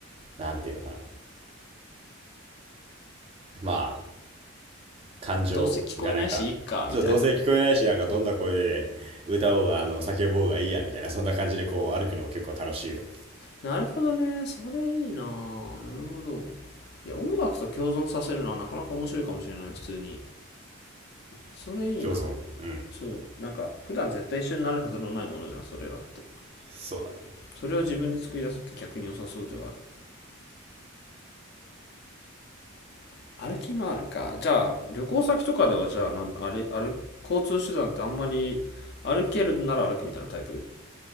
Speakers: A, on the right; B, on the left.
A: なんていうのかな。まあ、感情がなんか、
B: どうせ聞こえないしいっかみたいな
A: ちょっとどうせ聞こえないし、なんかどんな声で歌おうが、あの、叫ぼうがいいや、みたいな、そんな感じでこう歩くのも結構楽しいよ。
B: なるほどね。それいいなぁ。なるほど。いや、音楽と共存させるのはなかなか面白いかもしれない、普通に。それいいな
A: 共存。うん。
B: そう。なんか、普段絶対一緒になるはずのないものじゃん、それらって。
A: そうだね。
B: それを自分で作り出すって逆に良さそうではある。歩き回るか。じゃあ、旅行先とかでは、じゃあ、なん、あれ、あれ、交通手段ってあんまり、歩けるなら歩くみたいなタイプ